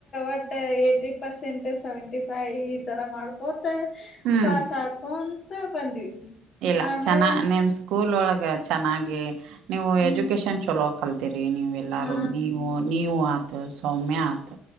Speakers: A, on the left; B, on the right.
A: ಒಟ್ ಏಟಿ ಪರ್ಸೆಂಟ್ ಸೆವೆಂಟಿ ಪಾಯ ಈ ತರ ಮಾಡ್ ಕೋತ
B: ಹ್ಮ್
A: ಪಾಸ್ ಹಾಕೊಂತ ಬಂದ್ವಿ
B: ಇಲ್ಲ
A: ಆಮೇಲೆ
B: ಚೆನ್ನ ನಿಮ್ ಸ್ಕೂಲ್ ಒಳಗ ಚೆನ್ನಾಗಿ ನೀವು
A: ಹ್ಮ್
B: ಎಜುಕೇಶನ್ ಚಲೋ ಕಲ್ತರಿ ನೀವು ಎಲ್ಲಾರೂ
A: ಹಾ
B: ನೀವು ನೀವು ಆತ ಸೌಮ್ಯ ಆತ